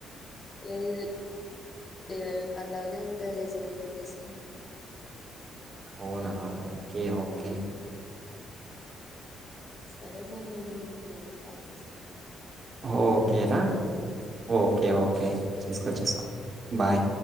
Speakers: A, on the left; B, on the right.
A: లేద్ లే కలాలే ఉంటది రిజన్ ఎన్ని డిజైన్ అయినాకుడ
B: అవునా ఓకే ఓకే
A: సరే మరి నేను మీకు మళ్ళీ కాల్ చేస్తా
B: ఓకేరా ఓకే ఓకే చేసుకో చేసుకో బాయ్